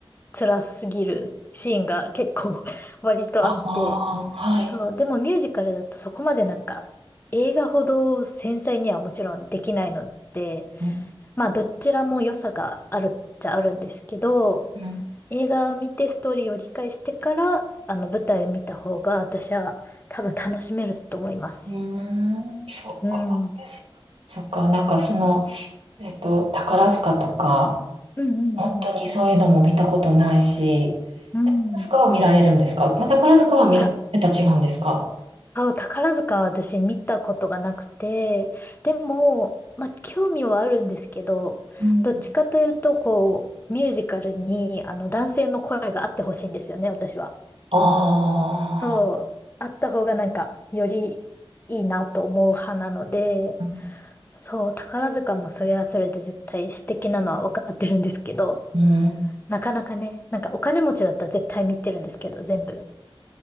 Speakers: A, on the left; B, on the right.
A: 辛すぎるシーンが結構 <laughs> 割とあって、
B: ああ、はい。
A: そう、でもミュージカルだとそこまでなんか映画ほど繊細にはもちろんできないので、
B: うん。
A: まあどちらも良さがあるっちゃあるんですけど、
B: うん。
A: 映画を見てストーリーを理解してから、あの、舞台見た方が私は多分楽しめると思います。
B: うーん。そっか。
A: うん。うん
B: そっか。なんかその、えっと、宝塚とか、
A: うん
B: 本当にそういうのも見たことないし、
A: うん。うん。
B: 宝塚は見られるんですかまあ宝塚は見る、
A: いや、
B: また違うんですか
A: そう、宝塚は私見たことがなくて、でも、まあ、興味はあるんですけど、
B: うん。
A: どっちかというと、こう、ミュージカルに、あの、男性の声があってほしいんですよね、私は。
B: あ
A: そう、あった方がなんか、よりいいなと思う派なので、
B: あ
A: そう、宝塚もそれはそれで絶対素敵なのは分かってるんですけど、
B: うん。
A: なかなかね、なんかお金持ちだったら絶対見てるんですけど、全部。